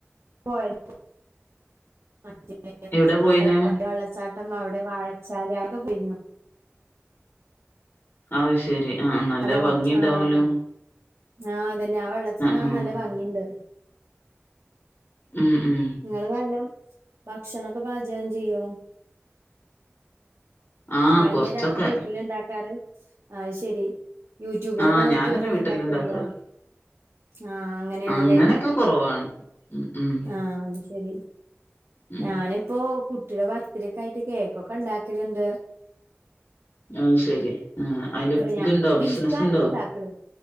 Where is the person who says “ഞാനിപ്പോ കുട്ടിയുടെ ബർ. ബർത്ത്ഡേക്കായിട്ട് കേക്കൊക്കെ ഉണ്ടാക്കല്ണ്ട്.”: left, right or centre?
Right